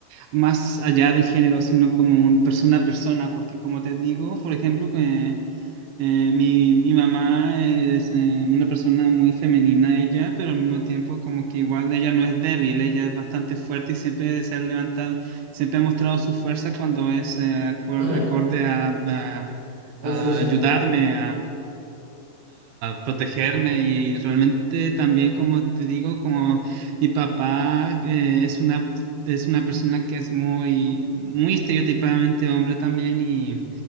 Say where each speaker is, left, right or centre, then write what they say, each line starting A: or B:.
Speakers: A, on the right; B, on the right.
A: más allá del género, sino como un persona a persona, porque como te digo, por ejemplo, que eh, mi, mi mamá es eh, una persona muy femenina ella, pero al mismo tiempo como que igual ella no es débil, ella es bastante fuerte y siempre se ha levantado, siempre ha mostrado su fuerza cuando es eh, acor-
B: Ajá,
A: acorde a, a-
B: a
A: a
B: la situación.
A: ayudarme protegerme y realmente también como te digo como mi papá eh, es una es una persona que es muy muy estereotipadamente hombre también y